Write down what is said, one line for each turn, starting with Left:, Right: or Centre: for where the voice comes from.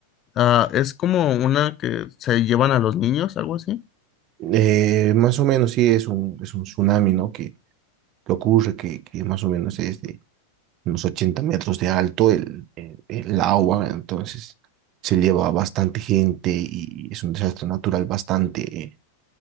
Left: Ah, es como una que se llevan a los niños, algo así.
Right: Eh, más o menos sí es un, es un tsunami, ¿no? Que, que ocurre, que, que más o menos es de unos 80 metros de alto el, el, el agua, entonces se lleva a bastante gente y es un desastre natural bastante, eh,